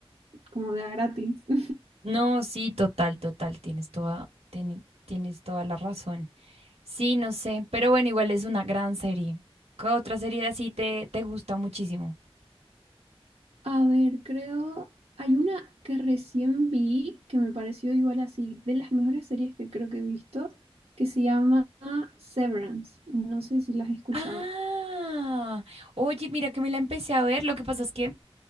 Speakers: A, on the right; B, on the right.
A: como de a gratis. <laughs>
B: no, sí, total, total, tienes toda, tiene- tienes toda la razón. Sí, no sé, pero bueno, igual es una gran serie. ¿Qué otra serie así te, te gusta muchísimo?
A: A ver, creo, hay una que recién vi que me pareció igual así, de las mejores series que creo que he visto, que se llama Severance. No sé si las has escuchado.
B: Ah, oye, mira que me la empecé a ver. Lo que pasa es que